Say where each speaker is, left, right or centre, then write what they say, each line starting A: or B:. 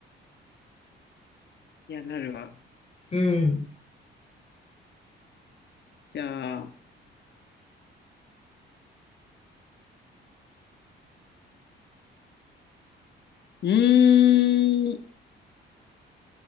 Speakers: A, on the left; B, on the left.
A: いや、なるわ。
B: <laughs> うん。
A: じゃあ、うーん。